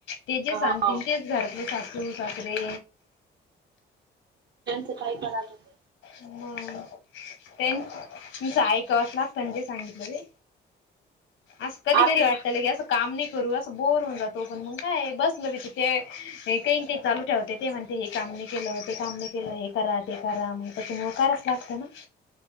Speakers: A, on the left; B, on the right.
A: ते जे
B: हा
A: सांगतील तेच. घरातले सासू सासरे.
B: त्याचं कायपन असूदे.
A: मंग तेन ते ऐकावच लागतं न जे सांगितलं ते. आसं कधी
B: आपलं
A: कधी वाटत लगि आस. काम नई करू, असं बोर होऊन जातो. पण मंग काय बसलं बी त ते हे काई अन ते चालू ठेवते. ते म्हणते हे काम मी केलं, ते काम मी केलं. हे करा ते करा मंग त्यांच्यामुळ कराच लागत ना,